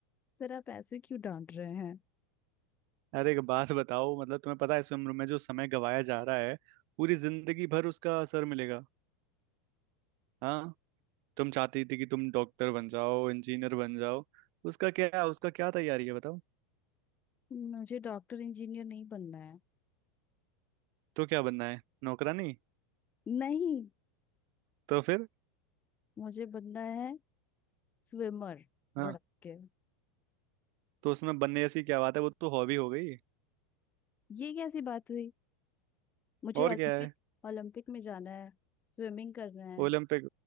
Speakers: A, on the left; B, on the right.
A: सर आप ऐसे क्यों डांट रहे हैं
B: अरे एक बात बताओ मतलब तुम्हें पता है इस उम्र में जो समय गवाया जा रहा है पूरी जिंदगी भर उसका असर मिलेगा हाँ तुम चाहती थी कि तुम डॉक्टर बन जाओ इंजीनियर बन जाओ उसका क्या उसका क्या तैयारी है बताओ
A: मुझे डॉक्टर इंजीनियर नहीं बनना है
B: तो क्या बनना है नौकरानी
A: नहीं
B: तो फिर
A: मुझे बनना है स्विमर
B: हाँ
A: भड़क के
B: तो उसमें बनने जैसी क्या बात है वो तो हॉबी हो गई
A: ये कैसी बात हुई मुझे
B: और
A: ओलंपिक
B: क्या है
A: ओलंपिक में जाना है स्विमिंग करना है
B: ओलंपिक